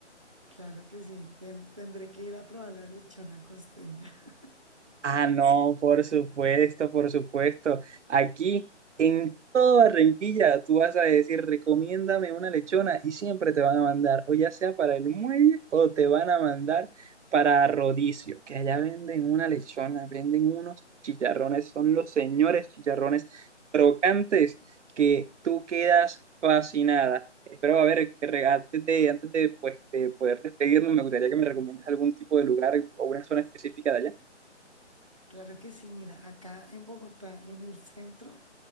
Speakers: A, on the right; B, on the right.
A: Claro que sí, ten- tendré que ir a probar la lechona costeña. <laughs>
B: Ah, no, por supuesto, por supuesto. Aquí en toda Barranquilla tú vas a decir, recomiéndame una lechona y siempre te van a mandar, o ya sea para el muelle o te van a mandar para Rodicio, que allá venden una lechona, venden unos chicharrones, son los señores chicharrones crocantes que tú quedas fascinada. Espero, a ver, que re- antes de, antes de, pues, de poder despedirnos, me gustaría que me recomiendes algún tipo de lugar o una zona específica de allá.
A: Claro que sí, mira, acá en Bogotá, en el centro,